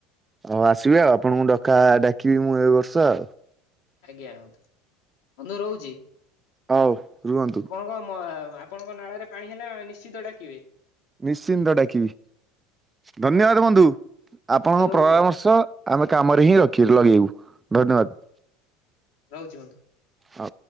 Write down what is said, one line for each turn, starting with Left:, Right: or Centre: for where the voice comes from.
Right: ହଉ ଆସିବି ଆଉ ଆପଣଙ୍କୁ ଡକା ଡାକିବି ମୁଁ ଏ ବର୍ଷ ଆଉ
Left: ଆଜ୍ଞା ରୁହନ୍ତୁ ବନ୍ଧୁ ରହୁଛି
Right: ହଉ ରୁହନ୍ତୁ।
Left: ଆପଣଙ୍କ ମ ଆପଣଙ୍କ ନାଳରେ ପାଣି ହେଲେ ନିଶ୍ଚିତ ଡାକିବେ
Right: ନିଶ୍ଚିନ୍ତ ଡାକିବି ଧନ୍ୟବାଦ ବନ୍ଧୁ ଆପଣଙ୍କ
Left: ବନ୍ଧୁ ରହୁଛି
Right: ପ୍ରରାମର୍ଶ ଆମେ କାମରେ ହିଁ ରଖି ଲଗେଇବୁ ଧନ୍ୟବାଦ
Left: ରହୁଛି ବନ୍ଧୁ
Right: ହଉ।